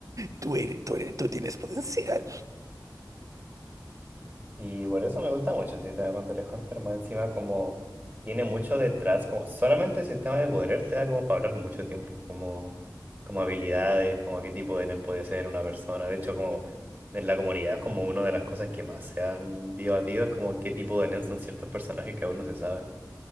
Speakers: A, on the right; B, on the right.
A: tú eres- tú eres- tú tienes potencial.
B: Y por eso me gusta mucho el sistema de Hunter x Hunter, más encima como tiene mucho detrás, como solamente el sistema de poder te da como para hablar mucho tiempo, como, como habilidades, como qué tipo de nen puede ser una persona. De hecho, como en la comunidad es como una de las cosas que más se han debatido, es como qué tipo de nen son ciertos personajes que aún no se sabe.